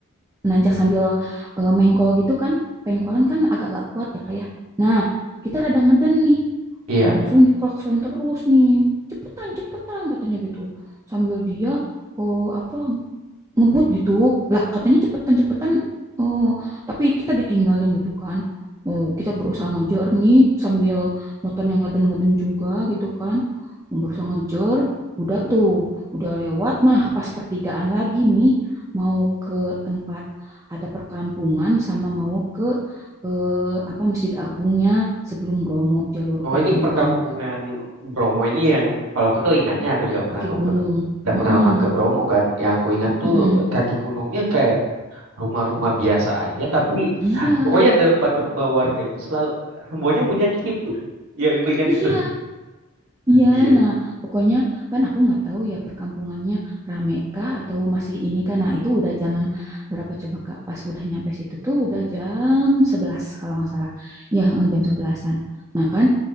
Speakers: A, on the right; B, on the right.
A: nanjak sambil eh, mengkol gitu kan. Pengkolan kan agak-agak kuat ya kayak. Nah, kita rada ngeden nih.
B: Iya.
A: Langsung diklakson terus nih. Cepetan, cepetan katanya gitu. Sambil dia oh apa ngebut gitu lah katanya cepetan-cepetan oh tapi kita ditinggalin gitu kan oh kita berusaha ngejar nih sambil motornya ngeden-ngeden juga gitu kan berusaha ngejar udah tuh udah lewat nah pas pertigaan lagi nih mau ke tempat ada perkampungan sama mau ke eh, apa Masjid Agungnya sebelum Bromo jalur
B: Oh
A: hutan
B: ini perkampungan
A: Bromo
B: Bromo ini yang kalau aku tuh ingatnya aku juga pernah
A: kaki
B: ke
A: gunung
B: ada
A: Heeh,
B: pengalaman ke Bromo kan. Yang aku ingat tuh
A: heeh.
B: kaki gunungnya kayak rumah-rumah biasa aja tapi
A: iya
B: pokoknya depan rumah warga itu selalu semuanya punya jeep. Yang aku ingat
A: iya
B: itu.
A: Iya,
B: Iya.
A: nah pokoknya kan aku nggak tahu ya perkampungannya rame kah atau masih ini kan. Nah itu udah jam berapa coba Kak? Pas udah nyampe situ tuh udah jam sebelas kalau nggak salah. Ya eh, jam sebelasan. an Nah kan